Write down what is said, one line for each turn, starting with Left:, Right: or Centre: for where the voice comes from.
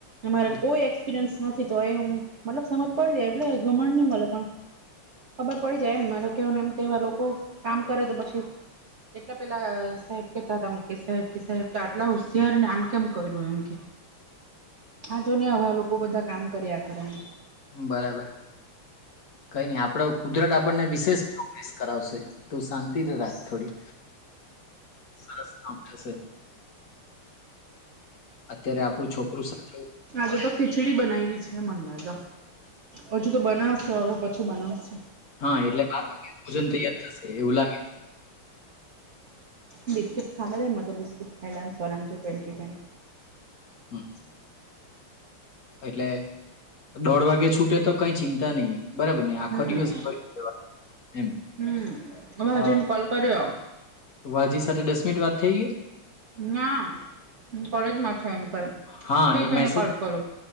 Right: મારે
Left: એ
Right: કોઈ એક્સપિરિયન્સ નથી તોય એ હું મતલબ સમજ પડી જાય એટલે ગમણ નહીં મળે પણ ખબર પડી જાય એમ મારે કેવા નો એમ ક‌ઈવાર લોકો કામ કરે તો પછી એટલે પેલાં સાહેબ કેતા હતા મુકેશ સાહેબ કે સાહેબ તો આટલાં હોંશિયાર ને આમ કેમ કર્યું એમ કે આ જો ને હવે લોકો બધાં કામ કર્યાં કરે એમ
Left: બરાબર કઈ નહીં આપડે કુદરત આપણને વિશેષ પ્રોગ્રેસ કરાવશે તું શાંતિ જો રાખ થોડી સરસ કામ થશે અત્યારે આપણું છોકરું સરસ
Right: આજે તો ખીચડી બનાવી છે મને લાગે હજુ તો બનાવશે હવે પછી બનાવશે
Left: હા એટલે બાર વાગ્યે ભોજન તૈયાર થશે એવું લાગે
Right: હ બિસ્કીટ ખાવાં દે મને તો બિસ્કીટ ખાઈલેવાન સોરા જેમ ટ્વેન્ટી ટ્વેન્ટી
Left: હા એટલે દોડ વાગે છૂટે તો કઈ ચિંતા નહીં બરાબર ને આખો
Right: હમ
Left: દિવસ ભરી દેવાનુ એમ
Right: હમ અમે હજીને
Left: અ
Right: કોલ કર્યો
Left: વાજી સાથે દસ મિનિટ વાત થઈ ગઈ
Right: ના કોલેજમાં છે એમ કે
Left: હાં
Right: ફ્રી
Left: એ
Right: થઈને
Left: મેસેજ
Right: કોલ કરું